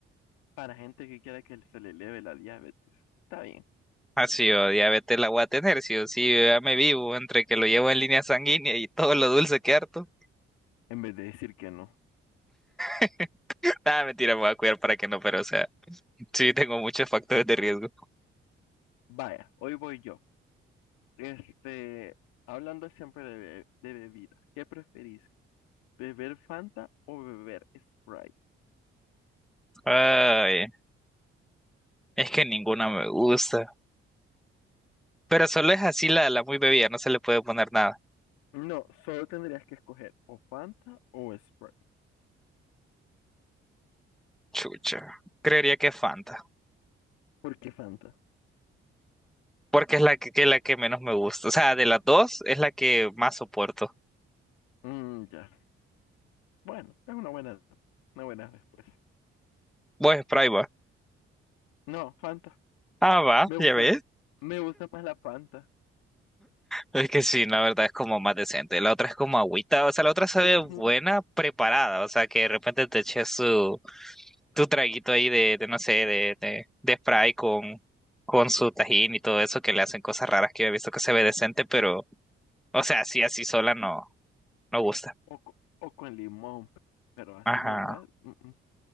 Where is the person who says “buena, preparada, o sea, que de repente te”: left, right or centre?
Centre